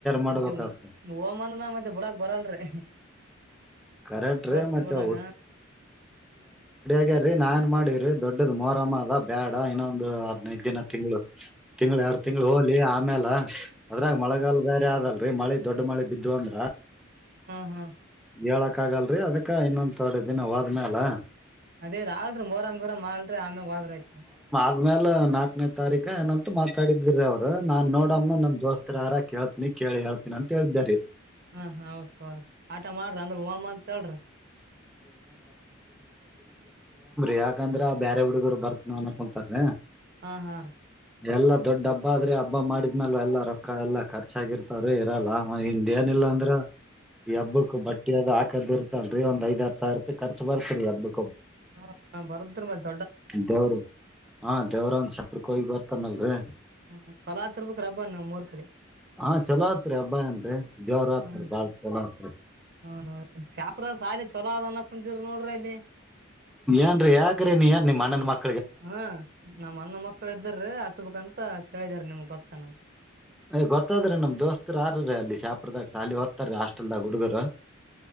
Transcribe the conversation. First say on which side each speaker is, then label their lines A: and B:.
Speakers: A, in the centre; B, on the right (about 50°).
A: ಮಾಡ್ಬೇಕಾದ
B: ಮತ್ತೆ ಓಮ್ಮಂದ ಮ್ಯ ಮತ್ತೆ ಬುಡಕ್ ಬರಲ್ರಿ
A: ಕರೆಕ್ಟ್ ರೀ
B: ಹೋಸ್ಬುಡಾಗ
A: ಮತ್ತೆ ಹ್ಯ್ ನಾನ್ ಮಾಡಿದವ್ರಿ ದೊಡ್ಡದ್ ಮೊರಮ ಅದ ಬೇಡ ಇನ ಒಂದು ಹದ್ನೈದು ದಿನ ತಿಂಗಳು ತಿಂಗಳ ಎರಡು ತಿಂಗಂಗಳು ಹೋಲಿ ಆಮೇಾಲ ಹ ಅದ್ರಾಗ ಮಳಗಲ್ ಬೇರೆ ಆದದಲ್ಲ. ಮಳೆ ದೊಡ್ಡ ಮಳೆ ಬಿದ್ದು ಅಂದ್ರ
B: ಹಾ ಹಾ
A: ಹೇಳಕ್ ಆಗಲ್ರರಿ ಅದಕ್ಕ ಇನ್ನೊಂದ ಎೊಡ್ ದಿನ ಹೋಾದ್ಮೇಲ
B: ಅದೇ ರಲ್ರಿ ಮೋರರ ಮಾಡಲ್ರ್ಪ ಆಮೇ ವಾದ್ರಐತೆ
A: ಆದ್ಮಲ ನಾಕನೇ ತಾರೀಕ ಏನಂತೂ ಮಾತಾಡಿದ್ರಿ ಅವ್ರು ನಾನ್ ನೋಡಮ್ಮ ನಮ್ ದೋಸ್ತರ ಆರಾ ಕೇಳ್ತಿನಿ ಕೇಳಿ ಹೇಳ್ತೀನಿ ಅಂತ ಹೇಳಳದ್ದಾರೆ
B: ಹಾ ಹ ಹೌತ್ ತ್ರಿ ಆಟ ಮಾಡ್ರಿ ಅಂದ್ರ ಹವಾಮ ಅಂತ ಹೇಳ್ರಿ
A: ಯಕಂದ್ರೆ ಬೇರೆ ಹುಡುಗರು ಬರ್ತನವ ಅಕೊಂತಾರ
B: ಹಾ ಹಾ ರ
A: ಎಲ್ಲಾ ದೊಡ್ಡ ಹಬ್ಬ ಆದ್ರೆ ಹಬ್ಬ ಮಾಡಿದ್ಮೇಲ ಎಲ್ಲಾ ರೊಕ್ಕ ಎಲ್ಲ ಖರ್ಚಾಗಿರ್ತಾರ ಇರಲ್ಲ ಹಿಂದ ಏನಿಲ್ಲಾ ಅಂದ್ರೆ ಈ ಹಬ್ಬಕ್ ಬಟ್ಟೆದ ಆ ದ ಇತಲ್ರಿ ಒಂದ ಐದ್ ಸಾವಿರ ರೂಯ ಖರ್ಚ್ ಬರ್ತ್ರಿ ಅದ್ದು
B: ಹಾ ಬರದ್ರ ಮಧ್ಯೆ
A: ದೌರೋ ಹಾ ದವರೋನ್ ಸಪರ್ ಕ ಬರ್ತಾನಲ್ರರಿ
B: ಹ್ಮ್ ಚಲೋ ತಿರ್ಬೇಕಕ್ ರಬ್ಬಂದ ನ ಮೂರ್ ಕಡೆ
A: ಹಾ ಚಲೋ ಆತ್ರಿ ಹಬ್ಬ ಏನ್ರೀ ಜೋರ ಆತ್ರಿ
B: ಹ್
A: ಬಾಳ್ ಚಲೋ ಆತ್ರಿ
B: ಹದ ಶಾಪ್ರ ಸಾಲ ಚಲೋ ಅದ ಒಂದಿರ್ ನೋಡ್ರಿ ಅಲ್ಲಿ
A: ಏನ್ರೀ ಯಾಕ್ರೀ ನೀ ಏನ್ ಮನ್ಣನ್ ಮಕ್
B: ಹ್ಮ ಮಣ್ಣ ಮಕ್ಕಳ ಇದ್ರೀ ಹಚ್ಬೇಕಂತ ತ್ತ ಕೇಳಿದಿದ್ದಾರೆ ನಿಮ್ಗ್ ಗೊತ್ತಾನಂತ
A: ಯ್ ಗೊತ್ತಾದ್ರೆ ನಮ್ ದೋಸ್ತರು ಯಾರ್ರೀ ಅಲ್ಲಿ ಶಾಪದಾಗ ಸಾಲ ಹ ಹೊದ ಹಾಸ್ಟೆಲ್ದಾಗ ಹುಡುಗರು